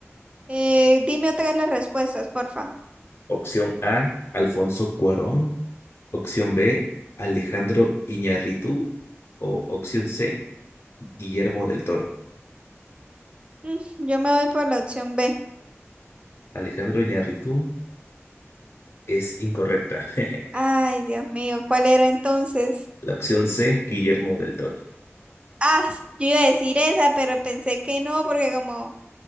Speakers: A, on the right; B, on the left.
A: Eh, dime otra vez las respuestas, porfa.
B: Opción A. Alfonso Cuarón. Opción B. Alejandro Iñárritu. O opción C. Guillermo del Toro.
A: Mm, yo me voy por la opción B.
B: Alejandro Iñárritu es incorrecta. <laughs>
A: Ay, Dios mío, ¿cuál era entonces?
B: La opción C. Guillermo del Toro. <laughs>
A: Ah, yo iba a decir esa, pero pensé que no, porque como,